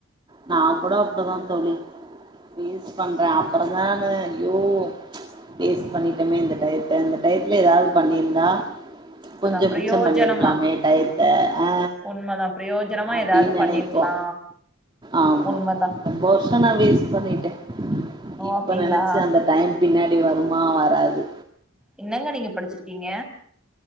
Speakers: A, on the right (about 25°); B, in the centre.
A: நா கூட அப்டிதா தோழி வேஸ்ட் பண்றே அப்பற நானு ஐயோ வேஸ்ட் பண்ணிட்டமே இந்த டயத்த இந்த டயத்துல எதாவ்து பண்ணியிருந்தா கொஞ்சோ
B: அதா பிரயோஜனமா
A: மிச்சம் பண்ணிருக்லாமே டயத்த ஆ
B: உண்மதா பிரயோஜனமா
A: அப்டின்
B: ஏதாவது பண்ணிருக்கலா
A: நெனைப்போ ஆமா
B: உண்மதா
A: ரொம்ப வர்ஷ நா வேஸ்ட் பண்ணிட்டே
B: ஓ
A: இப்ப
B: அப்டிங்களா
A: நெனைச்ச அந்த டைம் பின்னாடி வருமா வராது
B: என்னங்க நீங்க படிச்சிருக்கீங்க?